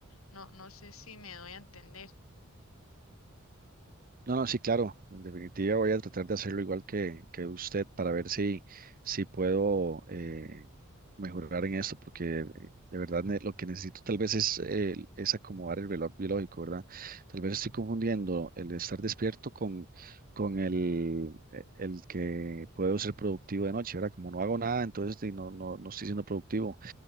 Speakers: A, on the left (about 75°); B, on the right (about 40°).
A: No, no sé si me doy a entender.
B: No, no, sí, claro. En definitiva, voy a tratar de hacerlo igual que, que usted para ver si, si puedo eh, mejorar en esto, porque eh, de verdad ne- lo que necesito tal vez es, eh, es acomodar el reloj biológico, ¿verdad? Tal vez estoy confundiendo el estar despierto con, con el, eh, el que puedo ser productivo de noche, ¿verdad? Como no hago nada, entonces sí, no, no, no estoy siendo productivo.